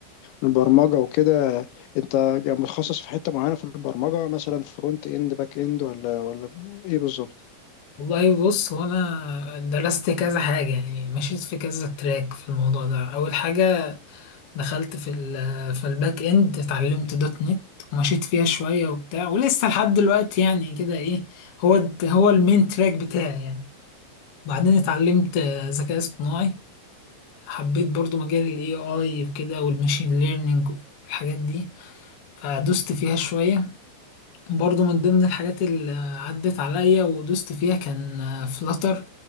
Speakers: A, on the left; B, on the left.
A: البرمجة وكده انت يعني متخصص في حتة معينة في البرمجة مثلا فرونت اند باك اند ولا ولا ايه بالظبط
B: والله بص هو انا درست كذا حاجة يعني مشيت في كذا تراك في الموضوع ده أول حاجة دخلت في ال في الباك إند اتعلمت دوت نت ومشيت فيها شوية وبتاع ولسه لحد دلوقتي يعني كده إيه هو الت- هو المين تراك بتاعي يعني بعدين اتعلمت آه، ذكاء اصطناعي حبيت برضو مجال ال AI وكده والماشين ليرنينج والحاجات دي فدوست فيها شوية برضو من ضمن الحاجات اللي عدت عليا ودوست فيها كان فلاتر